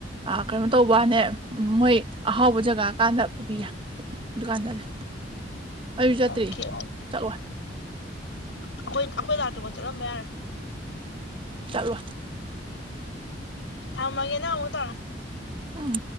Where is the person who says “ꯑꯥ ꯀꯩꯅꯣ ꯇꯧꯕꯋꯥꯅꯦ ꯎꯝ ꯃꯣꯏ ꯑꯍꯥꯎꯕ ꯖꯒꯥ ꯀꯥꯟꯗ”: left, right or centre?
Right